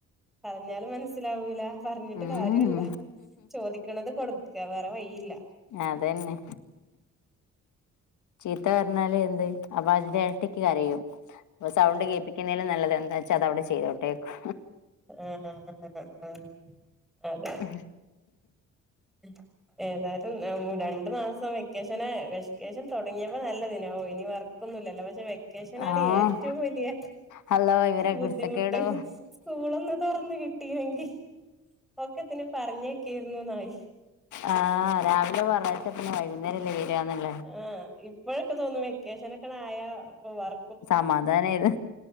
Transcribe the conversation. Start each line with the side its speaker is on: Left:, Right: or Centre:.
Centre: പറഞ്ഞാലും മനസ്സിലാവൂല പറഞ്ഞിട്ട്
Left: ഉം
Centre: കാര്യോല്ല ചോദിക്ക്ണത് കൊടുക്കാ വേറെ വഴിയില്ല
Left: അതന്നെ ചീത്ത പർഞ്ഞാല് എന്ത് അപ്പ അയ്ന്റെ എരട്ടിക്ക് കരയും അപ്പ സൗണ്ട്
Centre: ആഹ്
Left: കേപ്പിക് ന്നേലും നല്ലത് എന്താ വെച്ചാ അതവ്ടെ ചെയ്തോട്ടേക്കും
Centre: ആഹ് ആഹ് ആഹ് ആഹ് അതെ
Left: ഉ
Centre: ഉം ഏതായാലും രണ്ടു മാസം വെക്കേഷെനാ വെക്കേഷെൻ തൊടങ്ങ്യേപ്പം നല്ലെതേനി ആവൂ ഇനി വർ ക്കൊന്നുല്ലല്ലോ പക്ഷെ വെക്കേഷനനാണ്
Left: ആഹ്
Centre: ഏറ്റവും വലിയെ
Left: ഹലോ ഇവരെ
Centre: ബുദ്ധിമുട്ട്
Left: കുരുത്തക്കേടോ
Centre: സ്കൂളൊന്ന് താെറന്ന് കിട്ടീണെങ്കി ഒക്കെത്തിനെം പറഞ്ഞെയ്ക്കേര്ന്നുന്നായി
Left: ആഹ് രാവിലെ പറഞ്ഞഴച്ച പിന്നെ വൈകുന്നേരംല്ലേ വരാന്ന്ള്ള
Centre: ആഹ് ഇപ്പഴൊക്കെ തോന്നും വെക്കേഷനൊക്കെണ്ടായാ വർ
Left: സമാധാനായെത്